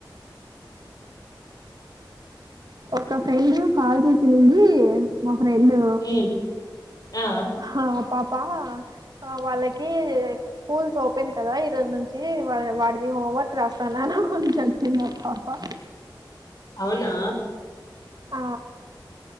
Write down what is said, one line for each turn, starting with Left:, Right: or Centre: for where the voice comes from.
Right: ఒక ఫ్రెండ్ కాల్ చేసింది రెండు
Left: ఉమ్, ఆ
Right: హా పాపా ఆ వాళ్ళకి స్కూల్స్ ఓపెన్ కదా ఈరోజు నుంచి వాడిది హోంవర్క్ రాస్తాన్నాను అని చెప్పింది ప
Left: అవునా
Right: ఆ